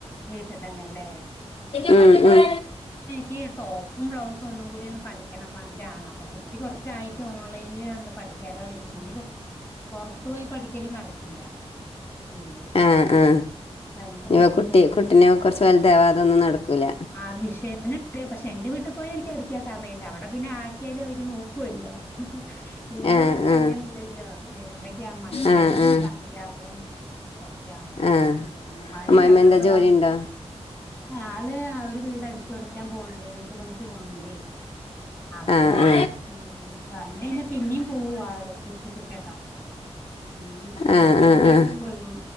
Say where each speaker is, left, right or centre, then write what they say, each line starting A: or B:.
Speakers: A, on the left; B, on the left.
A: വീട്ടിൽ തന്നെല്ലേ
B: ഉം ഉം
A: ക്കീ ടോപ്പും ബ്ലൗസും ഒന്നുംകൂടി ഒന്ന് പഠിക്കണം പർഞ്ഞിട്ടാണ് അപ്പൊ കുട്ടി കൊറച്ചായിട്ട് ഓൺലൈനില് ഞാനൊന്ന് പഠിക്കാലോ വെച്ചിട്ട് പൊറത്തു പോയി പഠിക്കല് നടക്കില്ല ഉം
B: ആ ആ
A: ഉം ആഹ് അപ്പങ്ങനെ
B: ഇനിയിപ്പോ
A: പഠിക്കണം.
B: കുട്ടി
A: <unintelligible>
B: കുട്ടിനെ കുറച്ച് വലുതാവാതെ ഒന്നും നടക്കൂല
A: ആ വിഷേ ന്ണ്ട്. പക്ഷെ എന്റെ വീട്ട് പോയ എനിക്ക് അടിക്കാൻ സമയണ്ട് അവിടെ പിന്നെ ആക്കിയാലും അവര് നോക്കുവല്ലോ ഇവടെ
B: ആ
A: പഷേ
B: ആ
A: അങ്ങനെ ഇല്ലല്ലോ വരുമ്പേക്ക് അമ്മായിമ്മ
B: ആ
A: വരിമ്പേക്കും
B: ആ
A: സമയാവും ഒക്കെ ആവും.
B: ആ
A: ഉം മഴയുണ്ടാ?
B: അമ്മായിമ്മ
A: ഇവടെപ്പതാ
B: എന്താ ജോലി ഉണ്ടോ
A: ആള് ആഹ് ഒര് വീട് അടിച്ച് തൊടക്കാൻ പോണ് ണ്ട് വീട്ട് പണിക്ക് പോണ് ണ്ടെ. അപ്പൊ
B: ആ ആ
A: ഇ വന്ന്‌ കഴിഞ്ഞാ പിന്നിം പോവു ആള് ഉച്ചിക്ക് ശേഷം ഉം ഇന്ന്
B: ആ
A: ഉച്ചയ്ക്ക്
B: ആ
A: ശേഷം
B: ആ
A: പോയിനി